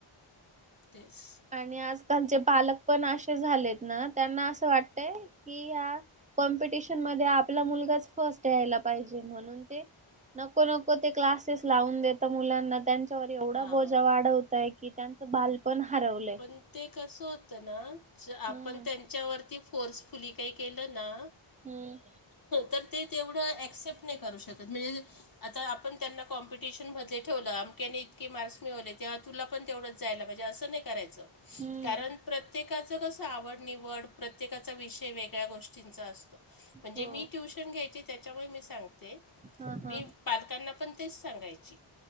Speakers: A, on the left (about 45°); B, on the right (about 15°).
A: तेच.
B: आणि आजकालचे पालक पण असे झालेत ना त्यांना असं वाटतय कि या. कॉम्पिटिशन मध्ये आपला मुलगाच फर्स्ट या्यायला पाहिजे म्हणून ते. नको नको ते क्लासेस लावून देत मुलांना त्यां एवढा
A: हां
B: बोजा वाढवतय की त्यांचं बालपण हरवलंय.
A: पण ते कस होत ना आप
B: हम्म
A: त्यां. त्याच्यावरती फोर्सफुली काही केलं ना.
B: हम्म.
A: तर ते तेवढं ऍक्सेप्ट नाही करू शकत म्हणजे आता आपण त्यांना कॉम्पिटिशन मध्ये ठेवलं अमक्याने इतके मार्क्स मिळवले ते्हा. तुला पण तेवढंच जायला पाहिजे असं नाही करायचं
B: हम्म
A: कारण प्रत्येकाचं कसं आवड निवड. प्रत्येकाचा विषय वेगळ्या गोष्टींचा असतो. म्हणजे
B: हो
A: मी ट्युशन घ्यायचे त्याच्यामुळे मी सांगते
B: हा हा
A: मी. पालकांना पण तेच सांगायची